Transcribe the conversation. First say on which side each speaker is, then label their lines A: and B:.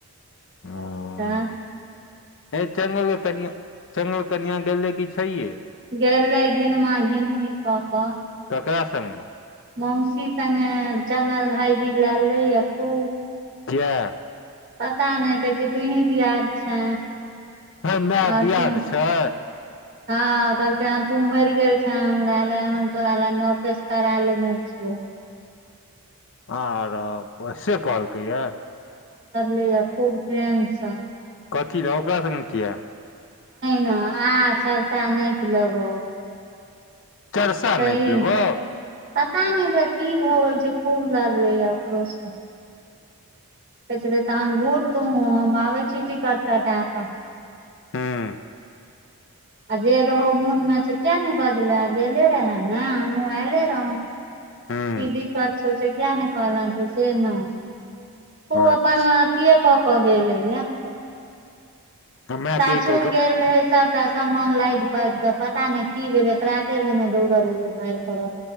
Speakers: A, on the left; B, on the right.
A: हूँ
B: ता।
A: हे चल कन चगल कनिया गेले कि छैये
B: गले घिन मे घिन कऽ
A: ककरा संगे
B: मौसी सागे जंगा भाई भी लऽ लैय खू
A: <unintelligible>
B: पता नहि कहै छै तूही दियाद छे
A: हे माय
B: ओर
A: दियाद
B: क <inaudible> हँ
A: छै
B: कहल कऽ तू मरि गेल छै हमरा ले हम तोरा ले नौ केस करा लेने अच्छा।
A: आर वे कहलकै यए।
B: लऽ य खूब ड्रैंडस
A: कथी रहए ओकरा सगे किए
B: ने आ सभसँ नहि कऽ लेबौ
A: चरसा
B: सही
A: नापि लेबो
B: ने। पता नहि ओकरा कि भऽ गेल छै खूब लागले या ओकरो से कहै तहन घूुर तूहँ हम आबै छी टिकट कटा कऽ
A: हूं
B: आ जे रहौ मोन में से किया नऽ बजले गेले रहे ने हमहुँ एऐले रहौ
A: हूं
B: की दिक्कत छौ से किया नऽ कलह तऽ छै ने उ
A: अच्छा
B: अपन अथियए कऽ क गेल लै यऽ
A: हमरा
B: सासुर
A: कहि कहि कऽ
B: गेल रहै तऽ सासुर सामान लादि पााद त पता नहि की भेलै प्राते भेने दौड़ल एलै मार पड़ल